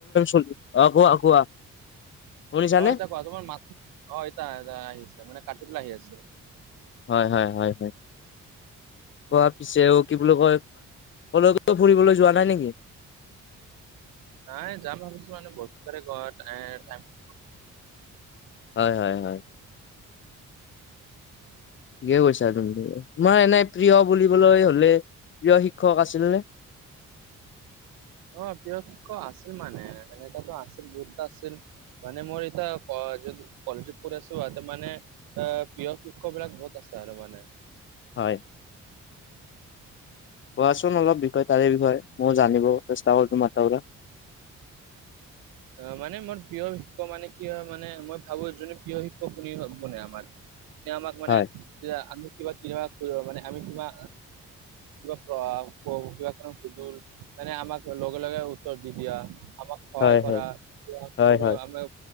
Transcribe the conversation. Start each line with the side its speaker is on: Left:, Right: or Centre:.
Left: <unintelligible> অ', কোৱা কোৱা। শুনিছানে
Right: অ', এতা কোৱা তোমাৰ মাত অ', এতা এ আহি আছে মানে কাটি পেলাই আহি আছে।
Left: হয়, হয়, হয়, হয়। <unintelligible> কি বুলি কয় কলৈ কলে ফুৰিবলৈ যোৱা নাই নেকি।
Right: নাই যাম ভাবিছোঁ মানে ব ঘৰত। <unintelligible>
Left: হয়, হয়, হয়। <unintelligible> কৈছা তুমি তোমাৰ এনে প্ৰিয় বুলিবলৈ হ'লে প্ৰিয় শিক্ষক আছিল নে?
Right: অ', প্ৰিয় ক আছিল মানে এনেকাতো আছিল বহুত আছিল মানে মোৰ এতিয়া কলেজত পঢ়ি আছো এতা মানে এ প্ৰিয় শিক্ষক বিলাক বহুত আছে আৰু মানে
Left: হয়। কোৱাচোন অলপ বিষয়ে তাৰে বিষয়ে ময়ো জানিব চেষ্টা কৰো তোমাৰ তাৰ পৰা
Right: অ', মানে মোৰ প্ৰিয় শিক্ষক মানে কি হয় মানে মই ভাবোঁ যোনে প্ৰিয় শিক্ষক শুনি আমাৰ
Left: <inaudible>
Right: আমাক মানে
Left: হয়
Right: আকৌ আমি কিবা, কিবা কৰিব মানে আমি কিবা পৰা কিবা কিবা কো সুজুল <unintelligible> তোনে আমাক লগে লগে উত্তৰ দি দিয়া আমাক সহায়
Left: হয়
Right: কৰা
Left: হয় হয়
Right: প আম <unintelligible>